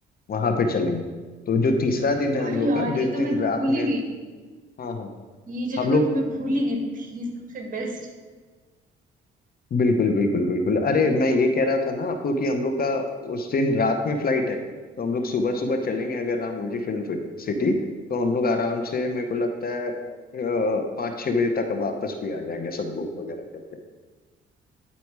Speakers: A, on the left; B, on the right.
A: वहां पे चलेंगे तो जो तीसरा दिन है
B: अरे
A: हम लोग
B: यार
A: का जिस
B: ये तो
A: दिन
B: मैं
A: रात
B: भूल
A: में
B: ही गई थी
A: हाँ हाँ
B: ये
A: हम
B: जगह
A: लोग
B: तो मैं भूल ही गई थी <laughs> सबसे बेस्ट
A: बिल्कुल बिल्कुल बिल्कुल अरे मैं ये कह रहा था ना आपको कि हम लोग का उस दिन रात में फ्लाइट है तो हम लोग सुबह सुबह चलेंगे अगर रामोजी फिल्म फिट- सिटी तो हम लोग आराम से मेरे को लगता है पाँच छः बजे तक वापस भी आ जाएंगे सब घूम वगैरह करके